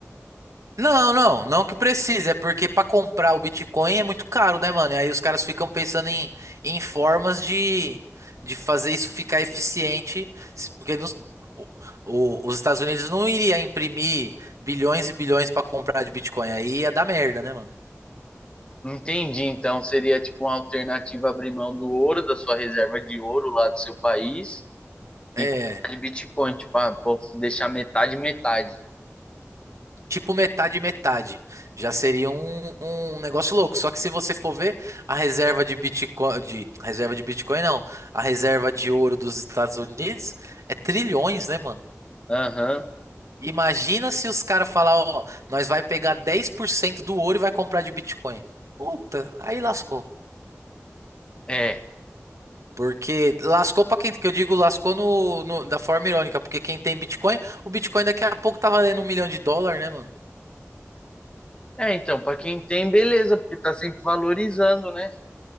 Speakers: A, on the right; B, on the left.
A: Não, não, não que precise, é porque para comprar o Bitcoin é muito caro, né, mano? E aí os caras ficam pensando em, em formas de, de fazer isso ficar eficiente, se- porque nos- o- o- os Estados Unidos não iria imprimir bilhões e bilhões para comprar de Bitcoin, aí ia dar merda, né, mano?
B: Entendi. Então seria tipo uma alternativa abrir mão do ouro, da sua reserva de ouro lá do seu país
A: É,
B: e comprar de Bitcoin, tipo, ah, vou deixar metade, metade.
A: tipo metade e metade. Já seria um, um negócio louco. Só que se você for ver, a reserva de Bitcoin, de reserva de Bitcoin não, a reserva de ouro dos Estados Unidos é trilhões, né, mano?
B: Aham,
A: Imagina se os caras falar, ó, nós vai pegar 10% do ouro e vai comprar de Bitcoin. Puta, aí lascou.
B: é.
A: Porque lascou pra quem, que eu digo, lascou no, no- da forma irônica, porque quem tem Bitcoin, o Bitcoin daqui a pouco tá valendo um milhão de dólar, né, mano?
B: É, então, para quem tem, beleza, porque tá sempre valorizando, né?